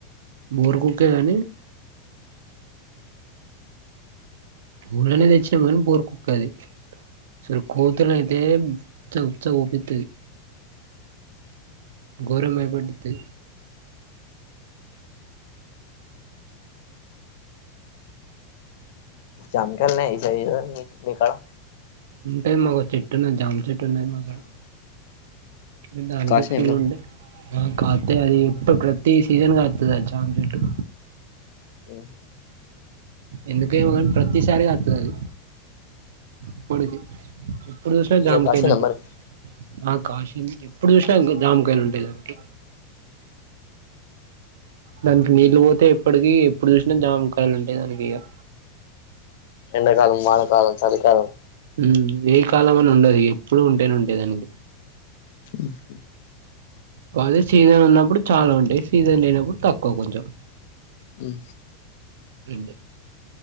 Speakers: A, on the right (about 85°); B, on the left (about 55°).
A: బుర్ కుక్కే కాని ఊల్లనే తెచిన్నం గానీ బోరు కుక్క అది అసలు కోతుల అయితే ఉత్స ఉత్స పోపిత్తది గోరంగా బయపట్టితది
B: జామకాయలు ఉన్నాయ ఈసారి ఈ సైడ్ మీ కాడ
A: ఉంటాయి మాకో చెట్టు ఉన్నది జామ చెట్టు ఉన్నాది మా కాడా ఇగ దానికే
B: కాసినాయా
A: ఫుల్
B: మరి
A: ఉంటాయి కాతే అది ఏప్పుడు ప్రతిీ సీజన్ కాత్తది ఆ జమ చెట్టు
B: ఓ
A: ఎందుకో ఏమో గానీ ప్రతి సారి కాస్తాది ఆది ఎప్పడికి ఇప్పుడు చూసిన
B: ఇగ
A: జామకాయలుంటయి
B: కాసిందా మరి
A: ఆ కాష్ ఎప్పుడు చూసినా జమకాయలు ఉంటాయి దానికి దానికి నీళ్ళు పోతే ఎప్పటికి ఎప్పుడు చూసినా జామకాయలు ఉంటాయి దానికి ఇగ
B: ఎండకాలం వానకాలం చలిికాలం
A: మ్ ఏ కాలం అని ఉండదు ఎప్పుడు ఉంటేనే ఉంటయి దానికి
B: మ్ హు
A: కాపోతే సీజన్ ఉన్నప్పుడు చాలా ఉంటాయి సీజన్ లేయినప్పుడు తక్కువ కొంచెం
B: మ్
A: అంతే